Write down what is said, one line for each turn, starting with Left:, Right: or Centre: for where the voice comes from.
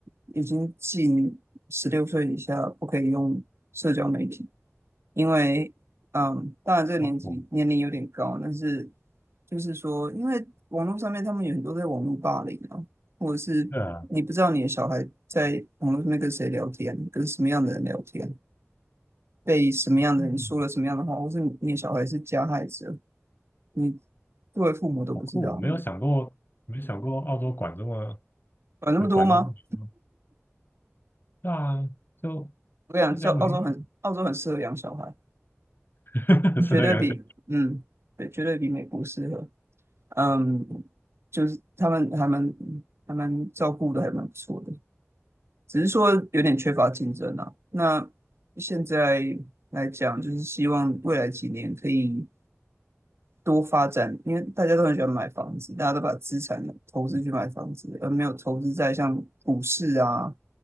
Right: 已经禁十六岁以下不可以用社交媒体，因为嗯，当然这个年纪年龄有点高，
Left: 好酷，
Right: 但是就是说，因为网络上面他们有很多在网络霸凌啊，或者是你不知道你的小孩在网络上面跟谁聊天，
Left: 对啊，
Right: 跟什么样的人聊天，被什么样的人说了什么样的话，
Left: 嗯，
Right: 或是你的小孩是加害者，你作为父母都不知道，
Left: 好酷，我没有想过，没想过澳洲管这么
Right: 管那么多吗？
Left: 有管到这么严重，对啊，就社交媒体
Right: 我跟你讲，教澳洲很澳洲很适合养小孩。
Left: <laughs> 适合养小
Right: 绝对比，嗯，对，绝对比美国适合。嗯，就是他们还蛮还蛮照顾的，还蛮不错的，只是说有点缺乏竞争啊。那现在来讲，就是希望未来几年可以多发展，因为大家都很喜欢买房子，大家都把资产投资去买房子，而没有投资在像股市啊，